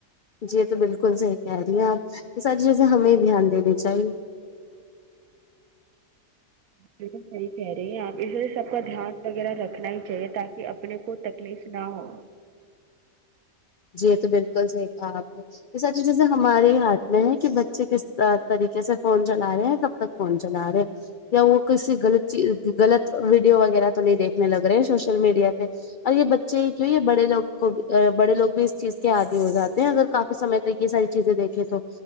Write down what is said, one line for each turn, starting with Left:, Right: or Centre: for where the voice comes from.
Left: جی یہ تو بالکل صحیح کہہ رہی ہیں آپ یہ ساری چیزیں ہمیں ہی دھیان دینی چاہیے
Right: بالکل صحیح کہہ رہی ہیں آپ اس لیے سب کا دھیان وغیرہ رکھنا ہی چاہیے تاکہ اپنے کو تکلیف نہ ہو
Left: جی یہ تو بالکل صحیح کہا آپ نے یہ ساری چیزیں ہمارے ہی ہاتھ میں ہے کہ بچے کس طریقے سے فون چلا رہے ہیں کب تک فون چلا رہے یا وہ کسی غلط چیز غلط ویڈیو وغیرہ تو نہیں دیکھنے لگ رہے ہیں سوشل میڈیا پہ اور یہ بچے ہی کیوں یہ بڑے لوگ کو بڑے لوگ اس چیز کے آدی ہو جاتے ہیں اگر کافی سمے تک یہ ساری چیزیں دیکھیں تو